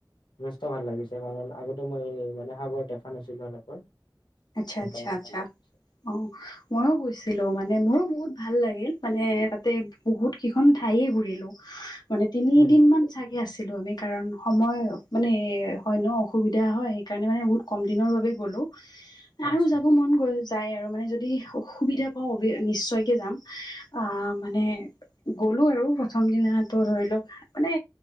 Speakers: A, on the left; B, on the left.
A: যথেষ্ট ভাল লাগিছে, কাৰণ আগতে মই মানে সাগৰ দেখা নাছিলোঁ এনেকৈ
B: আটচ্ছা-আটচ্ছা-আটচ্ছা,
A: সেইকাৰণে ভাল লাগিছে।
B: অ'। মইও গৈছিলো মানে মোৰো বহুত ভাল লাগিল, মানে তাতে বহুত কেইখন ঠাইয়ে ঘুৰিলো মানে তিনিদিন
A: উম,
B: মান চাগে আছিলো আমি, কাৰণ সময় মানে হয় ন, অসুবিধা হয়, সেইকাৰণে মানে বহুত কম দিনৰ বাবে গলোঁ আৰু
A: আচ্ছা,
B: যাব মন গল যাই আৰু মানে যদি সু সুবিধা পাওঁ অবি নিশ্চয়কে যাম আহ মানে গ'লো আৰু প্ৰথম দিনা, তোৰ ধৰি ল, মানে